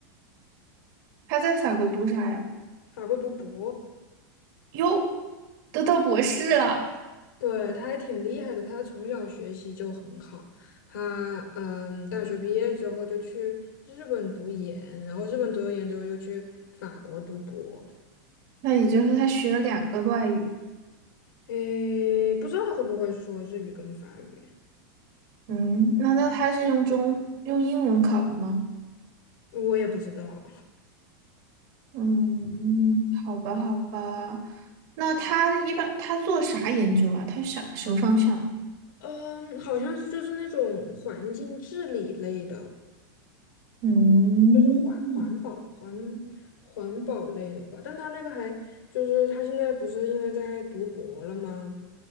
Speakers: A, on the right (about 45°); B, on the left (about 80°).
A: 他在法国读啥呀？
B: 法国读博。
A: 哟，都到博士了，
B: 对，他还挺厉害的，他从小学习就很好。他嗯，大学毕业之后就去日本读研，然后日本读了研之后又去法国读博。
A: 那也就是他学了两个外语。
B: 诶，不知道他会不会说日语跟法语，
A: 嗯，那那他是用中用英文考的吗？
B: 我也不知道。
A: 嗯，好吧，好吧。那他一般他做啥研究啊？他想什么方向啊？
B: 嗯，好像是就是那种环境治理类的。
A: 嗯，
B: 就是环环保环环保类的吧，但他那个还就是他现在不是因为在读博了吗？